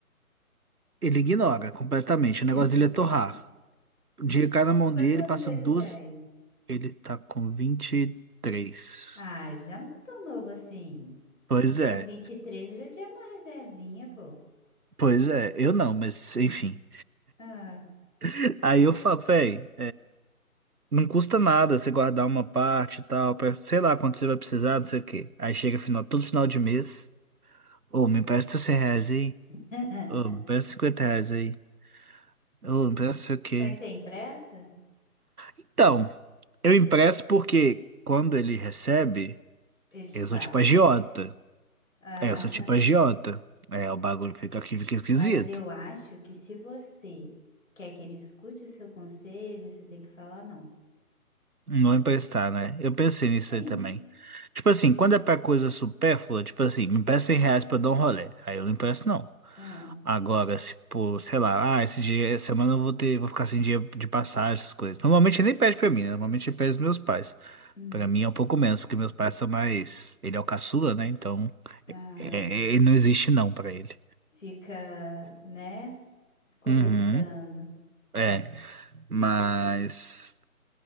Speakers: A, on the right; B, on the left.
A: Ele ignora completamente. O negócio
B: <laughs>
A: dele é torrar. O dinheiro cai na mão
B: Quantos
A: dele,
B: anos
A: passa
B: ele
A: duas.
B: tem?
A: Ele tá com vinte e três
B: Ah, já não tá tão novo assim.
A: Pois é,
B: Com 23 eu já tinha uma reservinha, pô.
A: pois é, eu não, mas enfim.
B: Ah.
A: <laughs> Aí eu falo, velho. Não custa nada você guardar uma parte e tal, pra, sei lá quando você vai precisar, não sei o quê. Aí chega final, todo final de mês. Ô, me empresta 100 reais aí.
B: <laughs>
A: Ô, me empresta 50 reais aí. Ô, me empresta não sei o quê.
B: Mas você empresta?
A: Então, eu empresto porque quando ele recebe,
B: Ele te
A: eu
B: paga.
A: sou tipo agiota.
B: Ah.
A: É, eu sou tipo agiota. É, o bagulho fica aqui, fica esquisito.
B: Mas eu acho que se você quer que ele escute o seu conselho, você tem que falar não.
A: Não emprestar, né? Eu pensei nisso
B: Sim.
A: aí também. Tipo assim, quando é pra coisa supérflua, tipo assim, me empresta 100 reais pra eu dar um rolê. Aí eu não empresto, não.
B: Ah,
A: Agora, se por, sei lá, ah, esse dia, essa semana eu vou ter, vou ficar sem dinheiro de passagem, essas coisas. Normalmente ele nem pede pra mim, né? Normalmente ele pede os meus pais.
B: hum,
A: Pra mim é um pouco menos, porque meus pais são mais. Ele é o caçula, né? Então,
B: ah,
A: é, é- ele não existe não pra ele.
B: fica, né? Cobertando.
A: Uhum. É, mas.